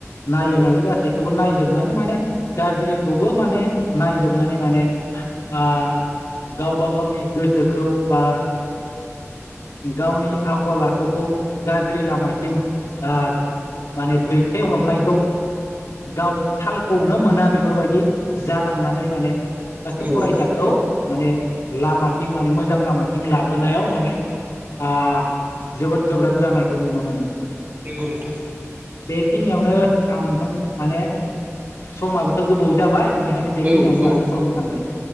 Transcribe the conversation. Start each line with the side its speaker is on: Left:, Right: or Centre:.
Left: नायो
Right: औ
Left: नालाय गासैखौबो नायजोबनानै माने गाज्रिखौबो माने नायजोबनानै माने ओ गावबा गावनि गोसोखौ बा गावनि आखल आखुखौ गाज्रि लामासिम ओ माने दैथायहरनायखौ गाव थालखौनो मोना बेफोरबायदि जालांनानै माने सासे
Right: औ
Left: फरायसाखौ माने लामाथिं माने मोजां लामाथिं लाबोनायाव माने आ जोबोद गोब्राब जानायखौ नुनो मोनो।
Right: नोंगौ नोंथां।
Left: बेखिनियावनो आं नोंथां माने समाबोथ' गोबाव जाबाय बेनि खायनो बेखिनियावनो
Right: औ
Left: लाखिथावनो
Right: औ
Left: सानबाय